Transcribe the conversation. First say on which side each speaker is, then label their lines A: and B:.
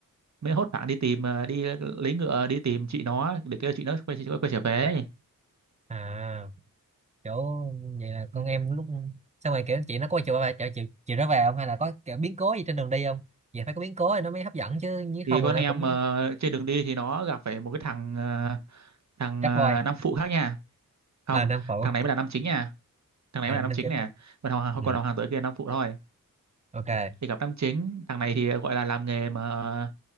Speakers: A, on the right; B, on the right.
A: mới hốt hoảng đi tìm ờ, đi lấy ngựa đi tìm chị nó để kêu chị nó quay chị quay trở về ấy.
B: à kiểu vậy là con
A: Ừ.
B: em lúc xong rồi kiểu chị nó có chiều bà chịu chịu chịu nó về không hay là có kiểu biến cố gì trên đường đi không vậy phải có biến cố thì nó mới hấp dẫn chứ nếu
A: thì
B: không
A: con
B: là
A: em
B: nó cũng
A: ờ, trên đường đi thì nó gặp phải một cái thằng ờ, thằng
B: trap
A: ờ,
B: boy
A: nam phụ khác nha không
B: à nam phụ
A: thằng này mới là nam chính nha
B: <laughs>
A: thằng này
B: à
A: mới
B: nam
A: là nam chính
B: chính
A: nè còn thằng
B: ừ.
A: còn thằng tử kia là nam phụ thôi
B: ok
A: thì gặp nam chính thằng này thì ờ, gọi là làm nghề mà ờ,